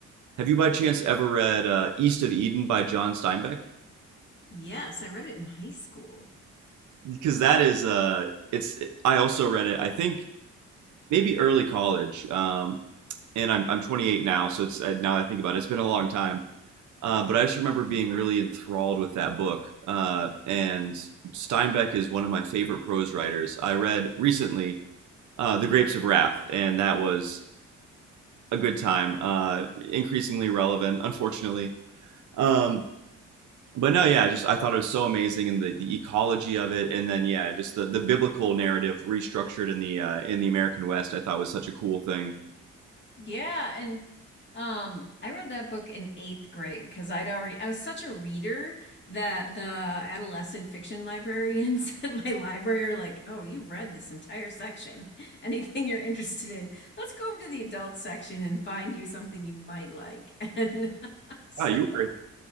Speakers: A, on the right; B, on the left.
A: Have you by chance ever read uh, East of Eden by John Steinbeck?
B: Yes, I read it in high school.
A: Because that is uh, it's I also read it. I think maybe early college, um, and I'm I'm 28 now, so it's uh, now I think about it, it's been a long time. Uh, but I just remember being really enthralled with that book. Uh, and Steinbeck is one of my favorite prose writers. I read recently uh, The Grapes of Wrath, and that was a good time. Uh, increasingly relevant, unfortunately. Um, but no, yeah, just I thought it was so amazing and the, the ecology of it, and then yeah, just the, the biblical narrative restructured in the uh, in the American West, I thought was such a cool thing.
B: Yeah, and um I read that book in eighth grade because I'd already I was such a reader that the adolescent fiction librarians <laughs> at my library are like, "Oh, you read this entire section. <laughs> Anything you're interested in, let's go over to the adult section and find you something you might like." <laughs> And <laughs> so
A: Wow, you were